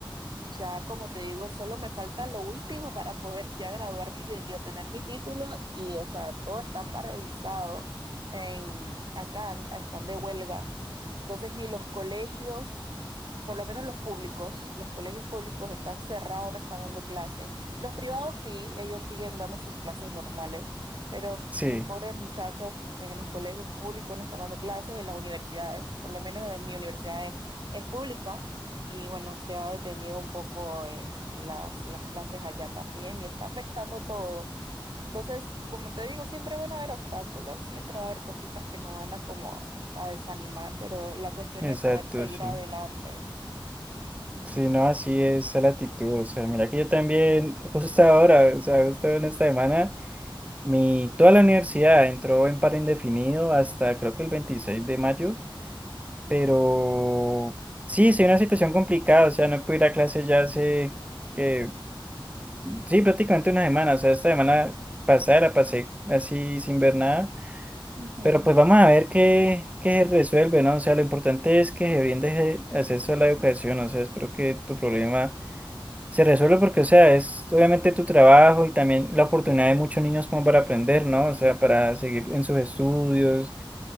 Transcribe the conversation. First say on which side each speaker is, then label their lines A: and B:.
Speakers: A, on the right; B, on the right.
A: ya, como te digo, solo me falta lo último para poder ya graduarme y, y obtener mi título y, o sea, todo está paralizado. En, acá an- están de huelgas. Entonces, ni los colegios, por lo menos los públicos, los colegios públicos están cerrados, no están dando clases. Los privados sí, ellos siguen dando sus clases normales, pero sí,
B: Sí,
A: pobres muchachos en los colegios públicos no están dando clases, en las universidades, por lo menos en mi universidad es, es pública y bueno, se ha detenido un poco eh, las, las clases allá también y está afectando todo. Entonces, como te digo, siempre van a haber obstáculos, siempre va a haber cositas que nos van a como a desanimar, pero la cuestión
B: exacto,
A: es poder seguir
B: sí.
A: adelante. Ujú.
B: Sí, no, así es la actitud. O sea, mira que yo también, justo ahora, o sea, justo en esta semana, mi, toda la universidad entró en paro indefinido hasta creo que el 26 de mayo,
A: Wow.
B: pero sí, sí, una situación complicada. O sea, no pude ir a clase ya hace, que, sí, prácticamente una semana. O sea, esta semana pasada la pasé así sin ver nada,
A: Ujú.
B: pero pues vamos a ver qué, qué se resuelve, ¿no? O sea, lo importante es que se brinde ese acceso a la educación. O sea, espero que tu problema se resuelve porque, o sea, es obviamente tu trabajo y también la oportunidad de muchos niños como para aprender, ¿no? O sea, para seguir en sus estudios